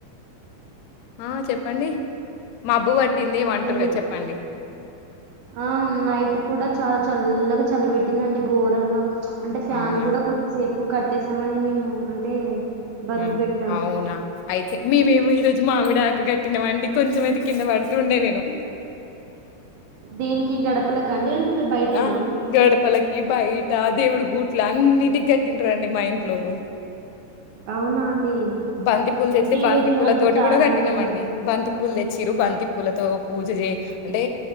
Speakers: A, on the left (about 80°); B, on the right (about 75°).
A: హా చెప్పండి మబ్బు పట్టింది ఏమంటారుగా
B: అయ్య
A: చెప్పండి
B: ఆ నైట్ కూడా చాలా చల్లగా చల్లి పెట్టిందండి ఘోరంగా అంటే ఫ్యాన్
A: అవునా
B: కూడా కొద్దిసేపు. ప్పు కట్టేసామండి మేము అంటే బంద్
A: మ్మ్
B: పెట్టాం.
A: అవునా అయితే మీ <unintelligible> ఈ రోజు మామిడి ఆకు కట్టినామండి కొంచెం అయితే కింద పడుతూ ఉండే నేను
B: దీనికి గడపలక అండి అంటే బయటనా?
A: ఆ గడపలకి బయి ట దేవుడు గూట్ల అన్నిటికి గట్టింరండీ మా ఇంట్లోలు
B: అవునా అండి.
A: బంతి పూలు తెచ్చతే
B: అంటే ఈరోజు
A: బంతి పూల
B: అంటే
A: తోటి
B: చా
A: కూడా
B: అంటే
A: కట్టినాంమండి
B: ఎక్కడ
A: బంతి పూలు పూలు తెచ్చిరు బంతి పూలతో పూజ చే అంటే